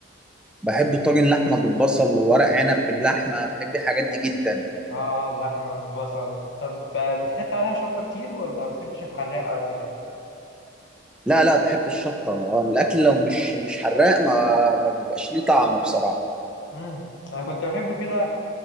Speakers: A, in the centre; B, on the left (about 60°).
A: بحب طاجن لحمه بالبصل وورق عنب باللحمه بحب الحاجات دي جدا
B: اه اللحمه بالبصل طب آه، بتحط عليها شطه كتير ولا بتحبش الحراق على قد كده
A: لا لا بحب الشطه آه، الاكل لو مش مش حراق ما ما بيبقاش ليه طعم بصراحه
B: امم انا كنت بحب كده